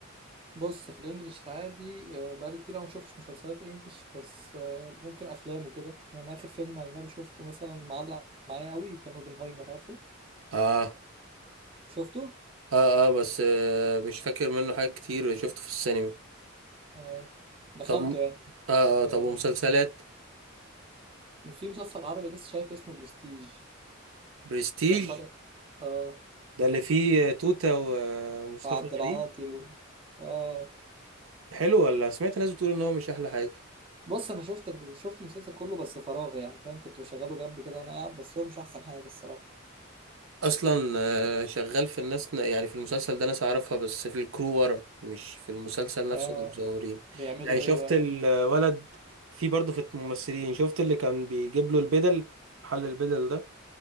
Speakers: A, on the right; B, on the right.
A: بص في الانجليش العادي آه، بقالي كتير أوي ما شفتش مسلسلات انجليش بس آه، ممكن افلام وكده يعني اخر فيلم اجنبي شفته مثلا معلق معايا قوي كان اوبنهايمر عارفه
B: اه
A: شفته
B: اه اه بس آه مش فاكر منه حاجات كتير شفته في السينما
A: آه، دخلته
B: طب م-
A: يعني
B: اه اه طب
A: آه،
B: ومسلسلات
A: في مسلسل عربي لسه شايف اسمه برستيج
B: برستيج
A: كان طالع اه
B: ده اللي فيه توتة ومصطفى
A: مع عبد العاطي
B: غريب
A: و... اه
B: حلو ولا سمعت ناس بتقول ان هو مش احلى حاجة
A: بص انا شفت ال- شفت المسلسل كله بس فراغ يعني فاهم كنت بشغله جنبي كده وانا قاعد بس هو مش احسن حاجة الصراحة
B: اصلا آه، شغال في الناس يعني في المسلسل ده ناس اعرفها بس في الكرو ورا مش في المسلسل نفسه
A: اه
B: اللي مزورين
A: بيعملوا
B: يعني شفت
A: ايه بقى
B: الولد في برضه في الممثلين شفت اللي كان بيجيب له البدل محل البدل ده